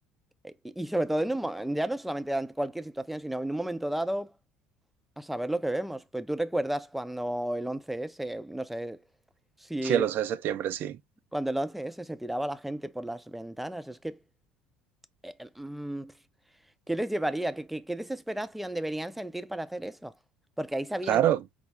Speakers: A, in the centre; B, on the right.
A: eh, y, y sobre todo en un, mo- ya no solamente ante cualquier situación, sino en un momento dado. A saber lo que vemos. Pues tú recuerdas cuando el once s no sé, si
B: cielos de septiembre, sí.
A: cuando el once s se tiraba la gente por las ventanas, es que, eh, mm, ¿qué les llevaría? ¿Qué, qué- qué desesperación deberían sentir para hacer eso? Porque ahí sabían
B: Claro,
A: que,